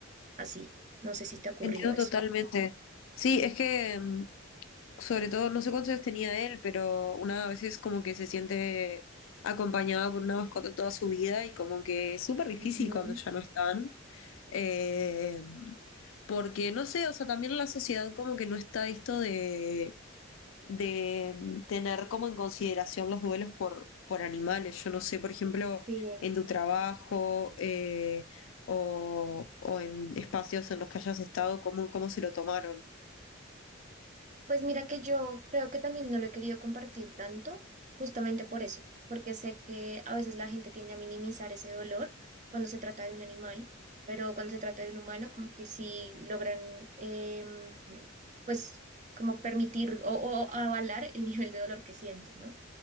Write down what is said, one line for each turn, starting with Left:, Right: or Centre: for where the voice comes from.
Right: así. No sé si te ha ocurrido
Left: Entiendo
Right: eso.
Left: totalmente. Sí, es que mm, sobre todo, no sé cuántos años tenía él, pero una a veces como que se siente acompañada por una mascota toda su vida y como que es súper difícil
Right: Ujú,
Left: cuando ya no están. Eh, porque no sé, o sea, también la sociedad como que no está esto de, de tener como en consideración los duelos por, por animales. Yo no sé, por ejemplo,
Right: sí,
Left: en tu trabajo eh, o, o en espacios en los que hayas estado, cómo, cómo se lo tomaron.
Right: Pues mira que yo creo que también no lo he querido compartir tanto, justamente por eso, porque sé que a veces la gente tiende a minimizar ese dolor cuando se trata de un animal, pero cuando se trata de un humano, como que sí logran, em, pues, como permitir o, o avalar el nivel de dolor que siento, ¿no?